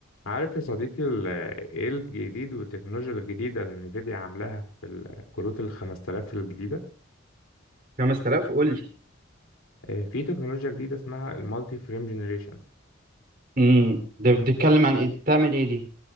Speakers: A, on the left (about 85°); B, on the right (about 45°).
A: عارف يا صديقي ال- ايه الجديد والتكنولوجيا الجديدة اللي نفيديا عاملاها في الكروت ال 5000 الجديدة
B: 5000 قول لي
A: آه، في تكنولوجيا جديدة اسمها المالتي فريم جنريشن
B: امم ده بتتكلم عن ايه بتعمل ايه دي